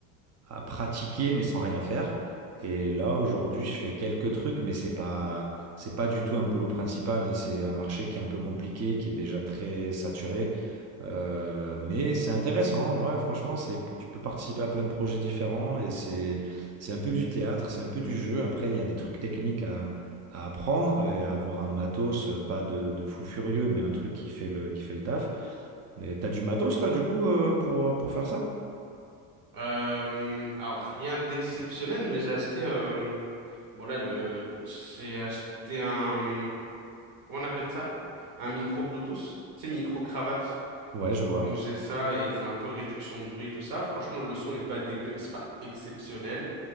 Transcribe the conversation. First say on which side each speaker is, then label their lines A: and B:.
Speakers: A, on the right; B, on the right.
A: à pratiquer mais sans rien faire. Et là, aujourd'hui, je fais quelques trucs, mais c'est pas, c'est pas du tout un boulot principal. hein. C'est un marché qui est un peu compliqué, qui est déjà très saturé. Euh, mais c'est intéressant. Ouais, franchement, c'est, tu peux participer à plein de projets différents et c'est, c'est un peu du théâtre, c'est un peu du jeu. Après, il y a des trucs techniques à, à apprendre et à avoir un matos, euh, pas de, de fou furieux, mais un truc qui fait le, qui fait le taf. Et t'as du matos, toi, du coup, euh, pour, pour faire ça?
B: Euh, alors rien d'exceptionnel, mais j'ai acheté. euh, bon là, le, j'ai acheté un. comment on appelle ça? Un micro Bluetooth, c'est micro cravate.
A: Ouais, je vois.
B: Donc j'ai ça et il fait un peu réduction de bruit, tout ça. Franchement, le son est pas dégueu, c'est pas exceptionnel,